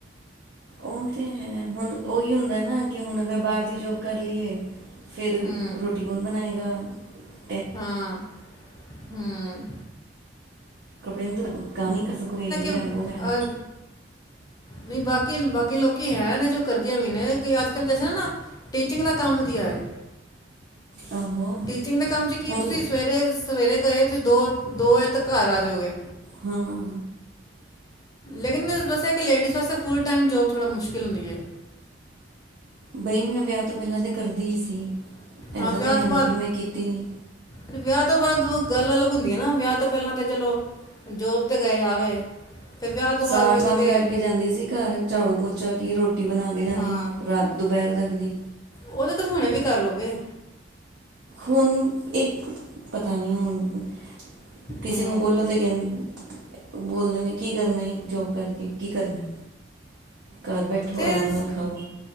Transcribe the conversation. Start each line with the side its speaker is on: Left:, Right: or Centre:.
Right: ਉਹ ਤੇ ਹੈ। ਹੁਣ ਉਹੀ ਹੁੰਦਾ ਨਾ ਕਿ ਹੁਣ ਅਗਰ ਬਾਹਰ ਤੀ ਜੋੋਬ ਕਰ ਲਈਏ। ਫਿਰ
Left: ਹੂੰ
Right: ਰੋਟੀ ਕੌਣ ਬਣਾਏ? ਅਦਾ <unintelligible>
Left: ਹਾਂ ਹਮ।
Right: ਕੱਪੜੇ ਨੂੰ ਤੋਂ ਕਾਮ ਨੀ ਕਰ ਸਕੋ ਗੇ ਯੇ
Left: ਅ,
Right: ਹੈ ਵੋ ਹੈ।
Left: ਨਹੀਂ ਬਾਕੀ ਬਾਕੀ ਲੋਕੀ ਹੈ ਨੇ, ਜੋ ਕਰਦੀਆਂ ਵੀ ਨੇ ਅੱਜ ਕੱਲ੍ਹ ਜੇ ਨਾ, ਨਾ ਟੀਚਿੰਗ ਦਾ ਕੰਮ ਵਧੀਆ ਏ
Right: ਆਹੋ
Left: ਟੀਚਿੰਗ ਦੇ ਕੰਮ ਚ ਕੀ
Right: ਹੁਣ
Left: ਤੁਸੀਂ ਸਵੇਰੇ -ਸਵੇਰੇ ਗਏ, ਤੁਸੀਂ ਦੋ ਦੋ ਵਜੇ ਤਕ ਘਰ ਆਜੋਗੇ।
Right: ਹਮ।
Left: ਲੇਕਿਨ ਬਸ ਹੈ ਕਿ ਲੇਡੀਜ਼ ਵਾਸਤੇ ਫੂਲ ਟਾਈਮ ਜੋਬ ਥੋੜ੍ਹਾ ਮੁਸ਼ਕਿਲ ਹੁੰਦੀ ਹੈ।
Right: ਬਈ ਮੈਂ ਵਿਆਹ ਤੋਂ ਪਹਿਲਾਂ ਤੋਂ ਕਰਦੀ ਹੀ ਸੀ।
Left: ਹਾਂ
Right: ਐਸਾ
Left: ਵਿਆਹ
Right: ਤਾਂ ਹੈ
Left: ਤੋਂ
Right: ਨੀ
Left: ਬਾਅਦ
Right: ਕਿ ਮੈਂ ਕੀਤੀ ਨੀ
Left: ਵਿਆਹ ਤੋਂ ਬਾਅਦ ਗੱਲ ਅਲੱਗ ਹੁੰਦੀ ਹੈ ਨਾ ਵਿਆਹ ਤੋਂ ਪਹਿਲਾਂ ਤਾਂ ਚਲੋ ਜੋਬ ਤੇ ਗਏ ਆ ਗਏ। ਫਿਰ ਵਿਆਹ ਤੋਂ ਬਾਅਦ
Right: ਸਾਰਾ
Left: ਫਿਰ ਕਿਤੇ
Right: ਕੰਮ ਕਰਕੇ ਜਾਂਦੀ ਸੀ, ਘਰ ਝਾੜੂ ਪੋਚਾ ਕਿ ਰੋਟੀ ਬਣਾ ਕੇ ਜਾਣੀ
Left: ਹਾਂ
Right: ਰਾਤ ਦੁਪਹਿਰ ਤੱਕ ਜੀ।
Left: ਉਹ ਤੇ ਤੁਸੀਂ ਹੁਣੇ ਵੀ ਕਰ ਲੋਗੇ।
Right: ਹੂਣ। ਇਹ ਪਤਾ ਨਹੀਂ ਹੁਣ ਹਮ। ਕਿਸੀ
Left: ਹੂੰ
Right: ਨੂੰ ਬੋਲੋ ਤੇ ਵੀ ਇੰਜ ਬੋਲਦੇ ਨੇ ਕੀ ਕਰਨਾ ਇ ਜੋਬ ਕਰਕੇ ਕੀ ਕਰਨਾ। ਘਰ ਬੇਟੋ
Left: ਤੇ
Right: ਹੋ ਆਰਾਮ ਨਾਲ
Left: ਸ-
Right: ਖਾਓ।